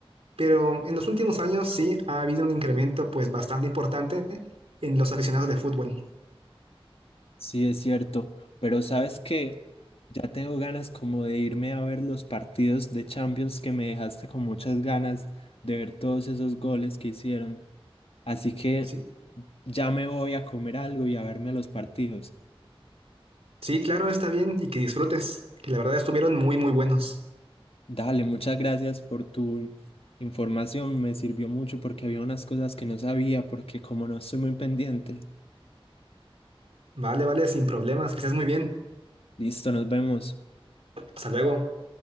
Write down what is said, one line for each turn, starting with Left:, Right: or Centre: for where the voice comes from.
Right: pero en los últimos años sí ha habido un incremento pues bastante importante en los aficionados de fútbol.
Left: Sí, es cierto, pero sabes que ya tengo ganas como de irme a ver los partidos de Champions que me dejaste con muchas ganas de ver todos esos goles que hicieron. Así que
Right: Sí,
Left: ya me voy a comer algo y a verme los partidos.
Right: sí, claro, está bien y que disfrutes, que la verdad estuvieron muy, muy buenos.
Left: Dale, muchas gracias por tu información, me sirvió mucho porque había unas cosas que no sabía porque como no estoy muy pendiente.
Right: Vale, vale, sin problemas, que estés muy bien.
Left: Listo, nos vemos.
Right: Hasta luego.